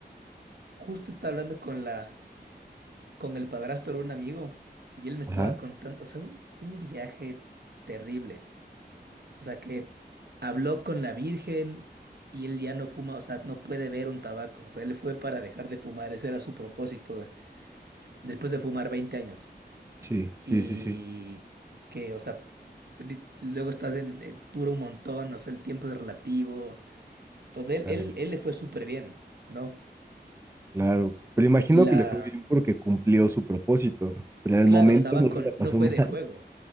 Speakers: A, on the right; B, on the right.
A: Justo estaba hablando con la, con el padrastro de un amigo y él me estaba
B: Ajá.
A: contando, o sea, un, un viaje terrible. O sea, que habló con la Virgen y él ya no fuma, o sea, no puede ver un tabaco. O sea, él fue para dejar de fumar, ese era su propósito después de fumar 20 años
B: Sí, sí,
A: y
B: sí, sí.
A: que, o sea, pri- luego estás en, eh, dura un montón, o sea, el tiempo es relativo. Entonces, él,
B: Claro,
A: él,
B: Ok.
A: él le fue súper bien, ¿no?
B: claro. Pero imagino
A: Y la,
B: que le fue bien porque cumplió su propósito, pero en el
A: claro,
B: momento
A: o sea, va
B: no
A: con,
B: se la pasó
A: no fue
B: mal.
A: de juego,
B: <laughs>